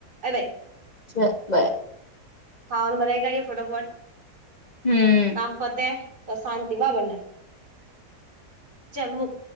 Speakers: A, on the right; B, on the left.
A: અ ભાઈ
B: હ બાય
A: ખાવાનું બનાવી કાઢીએે ફટોફટ
B: હમ
A: કામ પતે તો શાંતિ બાબરને ચાલ મુક